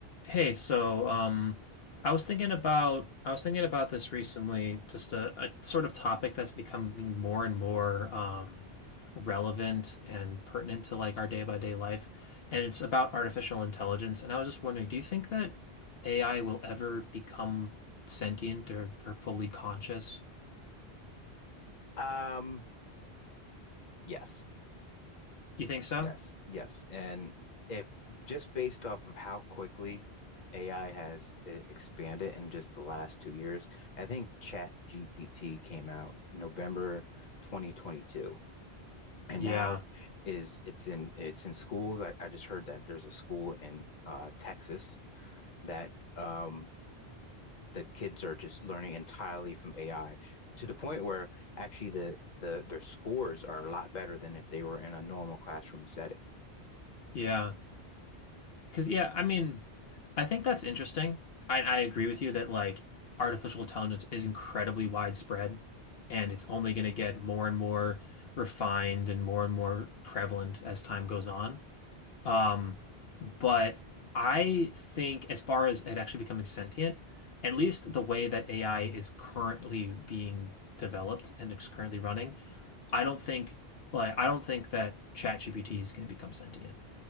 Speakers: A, on the left; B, on the left.
A: Hey, so um, I was thinking about I was thinking about this recently, just a, a sort of topic that's becoming more and more um, relevant and pertinent to like our day by day life, and it's about artificial intelligence. And I was just wondering, do you think that AI will ever become sentient or, or fully conscious?
B: Um, yes,
A: You think so?
B: yes, yes. And if just based off of how quickly AI has uh, expanded in just the last two years, I think Chat GPT came out November 2022. And
A: Yeah,
B: now is it's in it's in schools. I, I just heard that there's a school in uh, Texas that um, the kids are just learning entirely from AI to the point where actually the the their scores are a lot better than if they were in a normal classroom setting.
A: yeah. Because yeah, I mean, I think that's interesting. I I agree with you that like artificial intelligence is incredibly widespread and it's only going to get more and more refined and more and more prevalent as time goes on. Um, but I think as far as it actually becoming sentient, at least the way that AI is currently being developed and it's currently running, I don't think like I don't think that ChatGPT is going to become sentient.